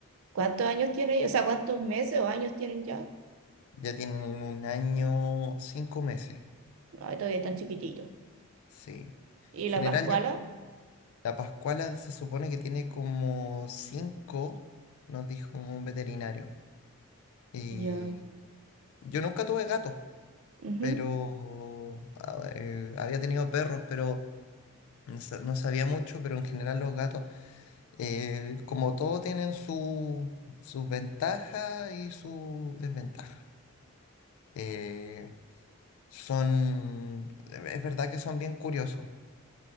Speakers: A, on the right; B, on the left.
A: ¿Cuántos años tienen? O sea, ¿cuántos meses o años tienen ya?
B: Ya tienen un año, cinco meses,
A: Ay, todavía están chiquititos.
B: sí. En
A: ¿Y
B: general
A: la Pascuala?
B: yo, la Pascuala se supone que tiene como cinco, nos dijo un veterinario. Y
A: Ya.
B: yo nunca tuve gatos,
A: ujú.
B: pero a- eh, había tenido perros, pero no sa- no sabía mucho, pero en general los gatos, eh, como todo, tienen su- sus ventajas y sus desventajas. Eh, son, es verdad que son bien curiosos,